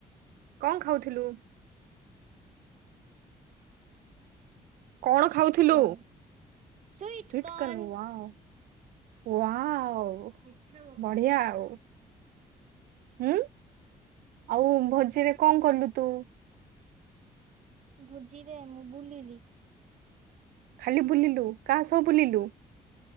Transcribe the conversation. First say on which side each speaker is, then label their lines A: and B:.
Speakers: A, on the right; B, on the right.
A: କଣ ଖାଉଥିଲୁ। କଣ
B: ସୁଇଟ
A: ଖାଉଥିଲୁ
B: କର୍ନ ସୁଇଟ
A: ସ୍ଵୀତ୍କର୍ନ
B: କର୍ନ।
A: ୱବ। ୱବ
B: ମିଠା ମକା।
A: ବଢିଆ ଆଉ। ହୁଁ ଆଉ ଭୋଜିରେ କଣ କଲୁ ତୁ।
B: ଭୋଜିରେ ମୁଁ ବୁଲିଲି।
A: ଖାଲି ବୁଲିଲୁ କାହା ସହ ବୁଲିଲୁ।